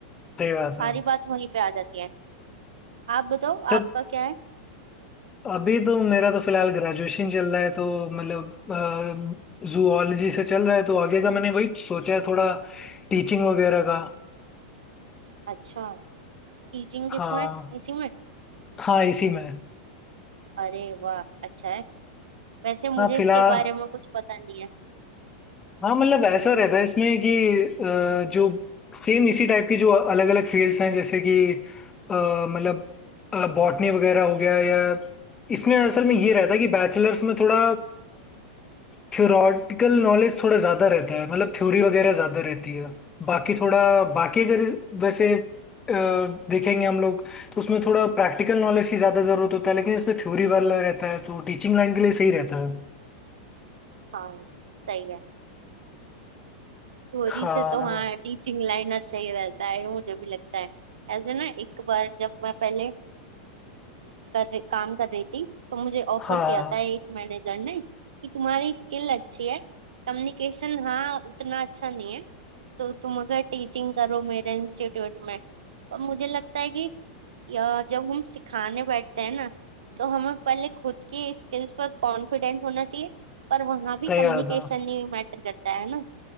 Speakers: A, on the left; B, on the right.
A: सही बात
B: तो सारी
A: है
B: बात वहीं पे आ जाती है आप बताओ
A: तो
B: आपका क्या है
A: अभी तो मेरा तो फिलहाल ग्रेजुएशन चल रहा है तो मतलब जूलॉजी से चल रहा है तो आगे का मैंने वही सोचा है थोड़ा टीचिंग वगैरह का
B: अच्छा टीचिंग किसमें
A: हाँ
B: इसी में
A: हाँ इसी में
B: अरे वाह अच्छा है वैसे मुझे
A: हाँ फिलहाल
B: इसके बारे में कुछ पता नहीं है
A: हाँ मतलब ऐसा रहता है इसमें कि अ, जो सेम इसी टाइप की जो अलग अलग फील्ड्स हैं जैसे कि अ, मतलब बॉटनी वगैरह हो गया या इसमें असल में ये रहता है कि बैचलर्स में थोड़ा थ्योरेटिकल नॉलेज थोड़ा ज़्यादा रहता है मतलब थ्योरी वगैरह ज़्यादा रहती है बाकी थोड़ा बाकी अगर वैसे अ, देखेंगे हम लोग तो उसमें थोड़ा प्रैक्टिकल नॉलेज की ज़्यादा ज़रूरत होता है लेकिन इसमें थ्योरी वाला रहता है तो टीचिंग लाइन के लिए सही रहता है
B: हाँ सही है थ्योरी
A: हाँ
B: से तो हाँ टीचिंग लाइन अच्छा ही रहता है मुझे भी लगता है ऐसे ना एक बार जब मैं पहले अ, कर काम कर रही थी तो मुझे ऑफर
A: हाँ
B: किया था एक मैनेजर ने कि तुम्हारी स्किल अच्छी है कम्युनिकेशन हाँ उतना अच्छा नहीं है तो तुम अगर टीचिंग करो मेरे इंस्टीट्यूट में पर मुझे लगता है कि अ, जब हम सिखाने बैठते हैं ना तो हमें पहले खुद की स्किल्स पर कॉन्फिडेंट होना चाहिए पर वहाँ भी
A: सही
B: कम्युनिकेशन
A: बात है
B: ही मैटर करता है ना